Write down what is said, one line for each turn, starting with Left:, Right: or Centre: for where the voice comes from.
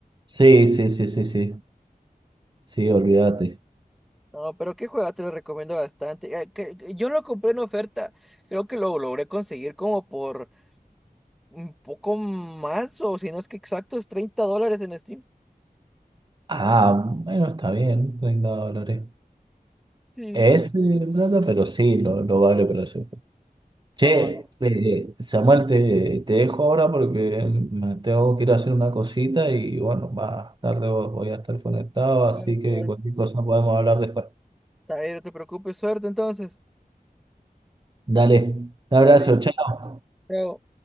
Right: Sí, sí, sí, sí, sí. Sí, olvídate.
Centre: No, pero qué juego te lo recomiendo bastante. Eh, que- que yo lo compré en oferta, creo que lo logré conseguir como por un poco más o si no es que exactos, 30 dólares en Steam.
Right: Ah, bueno, está bien, 30 dólares.
Centre: Sí,
Right: Es
Centre: sí. sí.
Right: eh, plata, pero sí, lo, lo vale para eso. Che,
Centre: No, no,
Right: eh, eh, Samuel, te, te dejo ahora porque me tengo que ir a hacer una cosita y bueno, más tarde voy voy a estar conectado,
Centre: claro,
Right: así que
Centre: claro.
Right: cualquier cosa podemos hablar después.
Centre: Está bien, no te preocupes, suerte entonces.
Right: Dale, un
Centre: Dale.
Right: abrazo, chao.
Centre: Pero